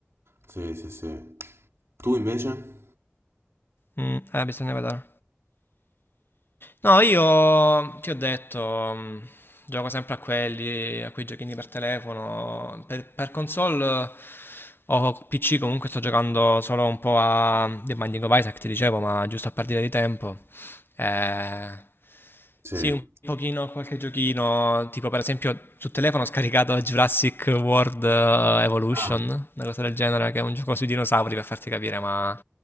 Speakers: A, on the right (about 70°); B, on the left (about 50°).
A: Sì, sì, sì. Tu invece?
B: Mm, eh, bisogna vedere. No, io ti ho detto, mm, gioco sempre a quelli, a quei giochini per telefono. Per, per console eh, o PC comunque sto giocando solo un po' a The Binding of Isaac, ti dicevo, ma giusto a partire di tempo. Eh,
A: Sì.
B: sì, un pochino a qualche giochino, tipo per esempio sul telefono ho scaricato Jurassic World eh, Evolution,
A: Ah,
B: una cosa del genere, che è un gioco sui dinosauri per farti capire, ma,